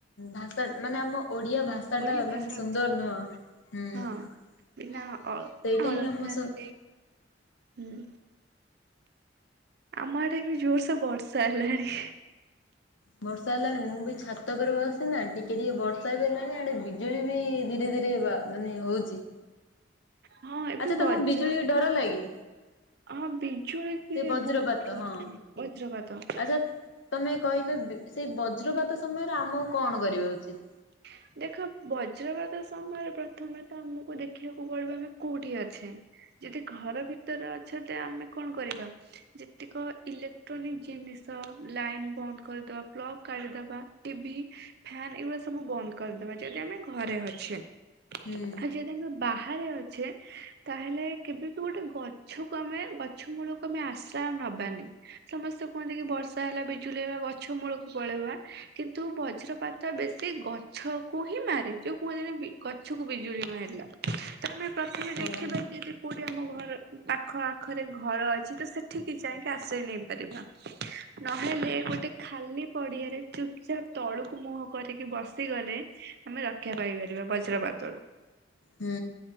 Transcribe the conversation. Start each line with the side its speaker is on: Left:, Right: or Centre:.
Left: ଭାଷା ମାନେ ଆମ ଓଡିଆ ଭାଷା
Right: ଓଡ଼ିଆ
Left: ଟା
Right: ଭାଷା
Left: ମାନେ ସୁନ୍ଦର
Right: କୋଷ
Left: ନୁହଁ ହୁଁ
Right: ହଁ
Left: ସେଇଟା
Right: ବିନା ଅ ଅଳଙ୍କାରରେ
Left: ହିଁ ଆମ ସ
Right: ହୁଁ ଆମ ଆଡେ ବି ଜୋରସେ ବର୍ଷା ହେଲାଣି।
Left: ବର୍ଷା ହେଲାଣି ମୁଁ ବି ଛାତ ଉପରେ ବସିଚି ନା ଟିକେ ଟିକେ ବର୍ଷା ବି ହେଲାଣି ଆଡେ ବିଜୁଳି ବି ଧୀରେ ଧୀରେ ହେବ ଆଉ। ମାନେ ହଉଛି
Right: ହଁ ଏବେ
Left: ଆଚ୍ଛା
Right: <unintelligible> ବଜ
Left: ତମକୁ ବିଜୁଳି ଡର ଲାଗେ?
Right: ହଁ ବିଜୁଳି କି
Left: ସେ ବଜ୍ରପାତ
Right: ବହୁତ <unintelligible>
Left: ହଁ
Right: ବଜ୍ରପାତ
Left: ଆଚ୍ଛା ତମେ କହିଲ ସେଇ ବଜ୍ରପାତ ସମୟରେ ଆମକୁ କଣ କରିବା ଉଚିତ?
Right: <inaudible> ଦେଖ ବଜ୍ରପାତ ସମୟରେ ପ୍ରଥମେ ତ ଆମକୁ ଦେଖିବାକୁ ପଡିବ ଆମେ କୋଉଠି ଅଛେ? ଯଦି ଘର ଭିତରେ ଅଛ ତ ଆମେ କଣ କରିବା ଯେତିକ ଇଲେ ତନି ଜିନିଷ ଲାଇନ୍ ବନ୍ଦ କରିଦବା ପ୍ଲବ କାଢିଦବା ଟିଭି ଫ୍ୟାନ୍ ଏଗୁରା ସବୁ ବନ୍ଦ କରିଦବା ଯଦି ଆମେ ଘରେ ଅଛେ।
Left: ହୁଁ
Right: ଆ ଯଦି ଆମେ ବା ବାହାରେ ଅଛେ ତାହେଲେ କେବେ ବି ଗୋଟେ ଗଛକୁ ଆମେ ଗଛ ମୂଳକୁ ଆମେ ଆଶ୍ରୟ ନବାନି। ସମସ୍ତେ କୁହନ୍ତି କି ବର୍ଷା ହେଲା ବି ଚୁଲେଇବା ଗଛ ମୂଳକୁ ପଳେଇବା କିନ୍ତୁ ବଜ୍ରପାତ ବେଶ ସେ ଗଛକୁ ହିଁ ମାରେ ଯୋଉ କୁହନ୍ତି ନା ଗଛକୁ ବିଜୁଳି ମାରିଲା। ତମେ ପ୍ରଥମେ
Left: ହଁ।
Right: ଦେଖିବା ଯଦ କୋଉଠି ଆମ ଘର ପାଖ ଆଖରେ ଘର ଅଛି ତ ସେଠିକି ଯାଇକି ଆଶ୍ରୟ ନେଇ ପାରିବା। ନହେଲେ ଗୋଟେ ଖାଲି ପଡିଆରେ ଚୁପଚାପ୍ ତଳୁକୁ ମୁହଁ କରି ବସିଗଲେ ଆମେ ରକ୍ଷା ପାଇପାରିବା ବଜ୍ରପାତରୁ।
Left: ହୁଁ